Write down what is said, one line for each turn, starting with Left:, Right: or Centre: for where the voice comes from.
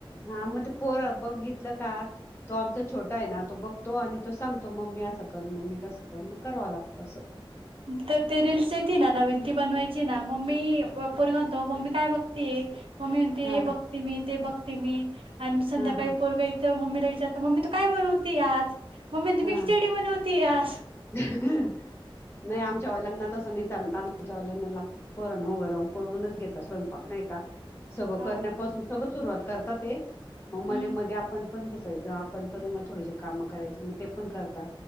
Left: हा मग ते पोर बघितल का तो आमचा छोटा आहे ना तो बघतो आणि तो सांगतो मम्मी असं कर मम्मी तस कर मग कराव लागत अस.
Right: त ते रीलसे. ती ना नवीन ती बनवायची ना मम्मी प-पोरगं म्हणतो मम्मी काय बघती य. मम्मी म्हणते हे
Left: हा
Right: बघते मी, ते बघते मी आण संध्याकाळी
Left: हा हा
Right: पोरग येत मम्मीला विचारत मम्मी तू काय बनवती आज मम्मी म्हणती
Left: हा
Right: मी खिचडी बनवतीय आज.
Left: नाही आमच्या वाल्यांना तसं नाही चालत आमच्या वाल्यांना लागत. पोरांना उभ राहून कोरूनच घेता स्वयंपाक नाही का? सगळं
Right: हा
Left: करण्यापासून
Right: का
Left: सगळं सुरुवात करतात ते म मध्ये,
Right: हम्म
Left: मध्ये आपण. आपण घुसायच आपण पण मग थोडेशे काम करायचे मग ते पण करता.